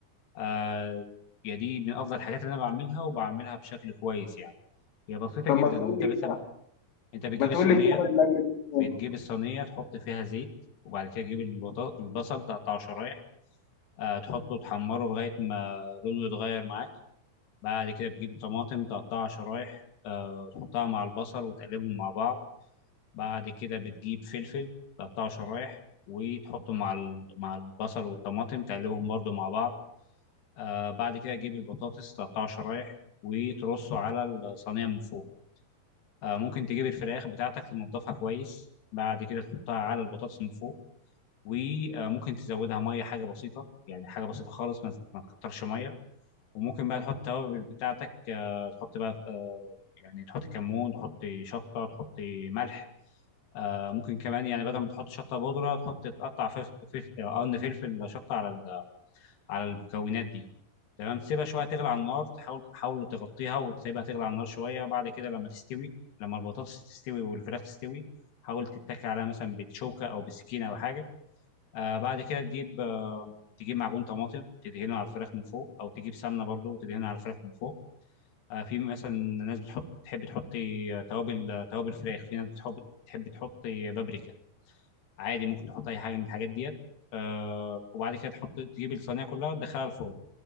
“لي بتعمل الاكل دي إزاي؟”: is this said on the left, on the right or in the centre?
Left